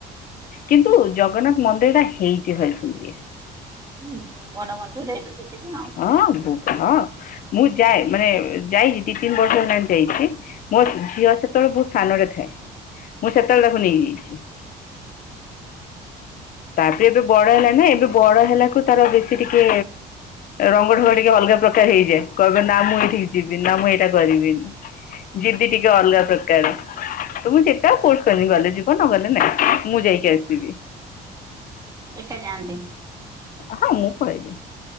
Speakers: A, on the left; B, on the right.
A: କିନ୍ତୁ ଜଗନ୍ନାଥ ମନ୍ଦିର ଟା ହେଇଚି ଭାରି ସୁନ୍ଦ୍ରିଆ।
B: <unintelligible>
A: ହଁ ବୋ ହଁ ମୁଁ ଯାଏ ମାନେ ଯାଇଚି ଦି ତିନି ବର୍ଷ ହେଲାଣି ଯାଇଚି। ମୋ ଝିଅ ସେତେବେଳେ ବୋହୁତ ସାନ ଟେ ଥାଏ ମୁଁ ସେତେବେଳେ ତାକୁ ନେଇଯାଇଚି। ତାପରେ ଏବେ ବଡ ହେଲାଣି ନା ଏବେ ବଡ ହେଲାକୁ ତାର ବେଶୀ ଟିକେ ରଙ୍ଗ ଢ଼ଙ୍ଗ ଟିକେ ଅଲଗାପ୍ରକ୍ କା ହେଇଯାଏ କହିବ ନା ମୁଁ ଏଇଠିକି ଯିବିନି ନା ମୁଁ ଏଇଟା କରିବିନି ଯିଦି ଟିକେ ଅଲଗା ପ୍ରକାର ତ ମୁଁ ସେଟା ଫୋର୍ସ କରିନି ଗଲେ ଯିବ ନ ଗଲେ ନା ମୁଁ ଯାଇକି ଆସିବି।
B: ଏକା ଜାଆନ୍ତି।
A: ହଁ ମୁଁ ପଳେଇଯାଏ